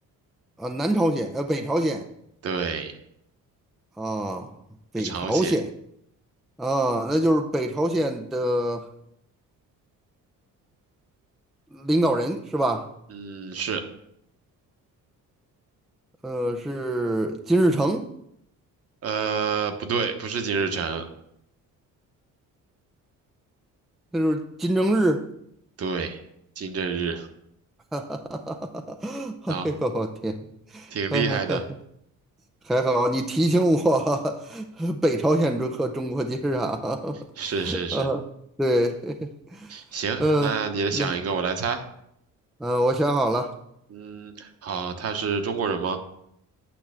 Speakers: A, in the centre; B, on the right.
A: 啊、南朝鲜、呃，北朝鲜。
B: 对，
A: 啊，北朝鲜
B: 是朝鲜。
A: 啊，那就是北朝鲜的领导人是吧？
B: 嗯，是，
A: 呃，是金日成，
B: 呃，不对，不是金日成，
A: 那就是金正日。
B: 对，金正日。
A: <laughs> 哎呦我天，
B: 好，挺厉害的。
A: <laughs> 还好你提醒我，<laughs> 北朝鲜中和中国接壤。<laughs>
B: 是是是，
A: 呃，对，<laughs>
B: 行，
A: 嗯、
B: 那你想一个，
A: 那
B: 我来猜。
A: 呃，我想好了，
B: 嗯，好，他是中国人吗？